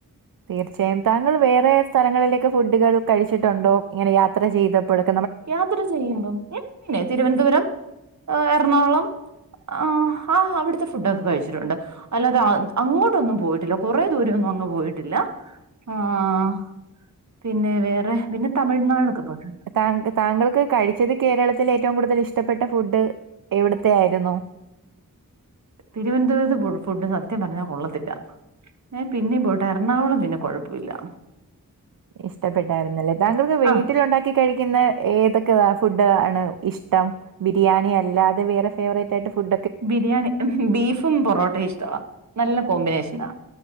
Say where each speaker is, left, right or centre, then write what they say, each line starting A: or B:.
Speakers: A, on the right; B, on the right.
A: തീർച്ചയായും താങ്കൾ വേറെ സ്ഥലങ്ങളിലേക്കെ ഫുഡുകൾ കഴിച്ചിട്ടുണ്ടോ ഇങ്ങനെ യാത്ര ചെയ്തപ്പോഴക്ക
B: യാത്ര ചെയ്യുമ്പം പിന്നെ തിരുവനന്തപുരം എറണാകുളം ആഹ് ആ അവിടുത്തെ ഫുഡൊക്കെ കഴിച്ചിട്ടുണ്ട് അല്ലാതെ അങ്ങോട്ടൊന്നും പോയിട്ടില്ല കൊറേ ദൂരം ഒന്നും അങ്ങ് പോയിട്ടില്ല ആഹ് പിന്നെ വേറെ പിന്നെ തമിഴ്നാടൊക്കെ പോട്ടുണ്ട്
A: താങ്ക താങ്കൾക്ക് കഴിച്ചത് കേരളത്തിലേറ്റവും കൂടുതൽ ഇഷ്ടപ്പെട്ട ഫുഡ് എവിട്ത്തെയായിരുന്നു?
B: തിരുവൻന്തപുരത്ത് ഫു ഫുഡ് സത്യം പറഞ്ഞാ കൊള്ളത്തില്ല. ഞൻ പിന്നെ പോയിട്ടെ എറണാകുളം പിന്നെ കൊഴപ്പല്ലൃ.
A: ഇഷ്ടപ്പെട്ടായിര്ന്നല്ലേ താങ്കൾക്ക് വീട്ടിലുണ്ടാക്കി
B: ആഹ്
A: ക്കി കഴിക്കുന്ന ഏതൊക്കെ ഫുഡ് ആണ് ഇഷ്ടം. ബിരിയാണി അല്ലാതെ വേറെ ഫേവറേറ്റായിട്ട് ഫുഡ
B: ബിരിയാണി ബീഫും പൊറോട്ടയും ഇഷ്ടവാ നല്ല കോമ്പിനേഷനാ.